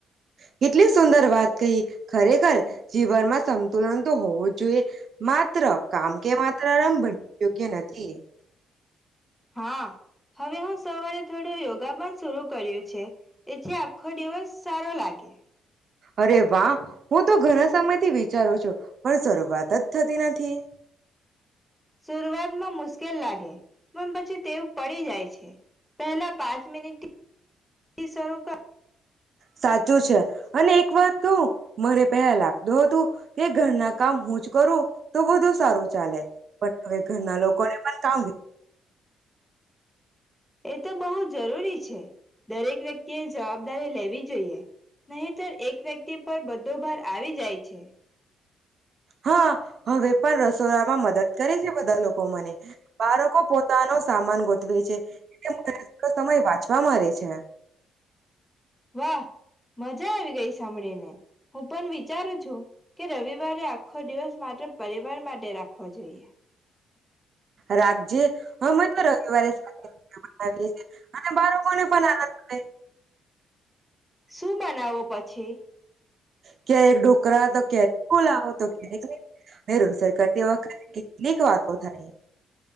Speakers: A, on the right (about 55°); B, in the centre.
A: કેટલી સુંદર વાત કહી, ખરેખર જીવનમાં સંતુલન તો હોવું જ જોઈએ, માત્ર કામ કે માત્ર આમ ભન યોગ્ય નથી
B: હા હવે હું સવારે થોડું યોગા પણ શર કર્યું છે, એથી આખો દિવસ સારો લાગે.
A: અરે વાહ હું તો ઘણા સમયથી વિચારું છું, પણ શરૂઆત જ થતી નથ. થી.
B: શરૂઆતમાં મુશ્કેલ લાગે, પણ પછી તેવ પડી જાય છે પહેલા પાંચ મિનિટ થી શરૂ કર
A: સાચું છે અને એક વાત કહું મને પહેલા લાગતું હતું કે ઘરના કામ હું જ કરું તો બધું સારું ચાલે પણ હવે ઘરના લોકોને પણ કામ
B: એ તો બહુ જરૂરી છે, દરેક વ્યક્તિ એ જવાબદારી લેવી જ નહીતર એક વ્યક્તિ પર બધો ભાર આવી જાય છે.
A: હા હવે પણ રસોડામાં મદદ કરે છે બધા લોકો મને બાળકો પોતાનો સામાન ગોઠવે છે એટલે મને થોડો સમય વાંચવા મળે છે
B: વાહ મજા આવી ગઈ સાંભળીને. હું પણ વિચારું છું કે રવિવારે આખો દિવસ માત્ર પરિવાર માટે રાખવા જોઈએ.
A: રાખજે અમે તો રવિવારે બનાવીએ છી અને બાળકોને પણ આનંદ પડે.
B: શું બનાવો પછી?
A: ક્યારેક ઢોકરા તો ક્યારેક ખુલાવો તો ક્યારેકડ કરતી વખત કેટલીક વાતો થાય.